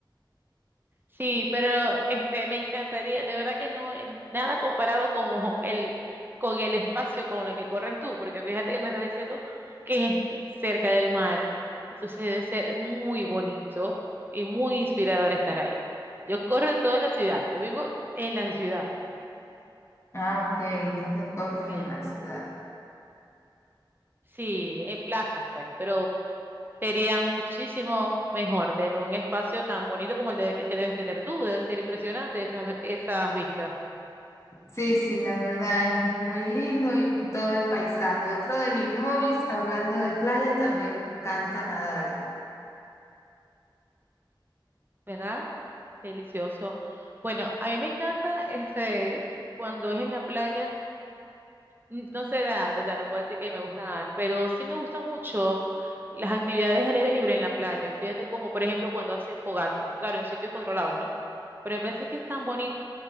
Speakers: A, on the right; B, on the left.
A: Sí, pero este me encantaría, de verdad que no, eh, nada comparado con el, con el espacio con el que corres tú, porque fíjate que me estás diciendo que es cerca del mar, entonces debe ser muy bonito y muy inspirador estar ahí. Yo corro en toda la ciudad, yo vivo en la ciudad,
B: Ah, ok, entonces corres
A: sí,
B: en la ciudad.
A: sí, en plazas pues, pero sería muchísimo mejor tener un espacio tan bonito como el, de- el que debes tener tú, debe ser impresionante esas, esas vistas.
B: Sí, sí, la verdad es muy lindo y todo el paisaje. Otro de mis hobbies, hablando de playa, también me encanta nadar.
A: ¿verdad? Delicioso. Bueno, a mí me encanta este cuando es en la playa, n- no sé nadar, o sea, no puedo decir que me gusta nadar, pero sí me gusta mucho las actividades al aire libre en la playa. Fíjate como por ejemplo cuando hace fogata, claro, en sitios controlados, ¿no? Pero me parece que es tan bonito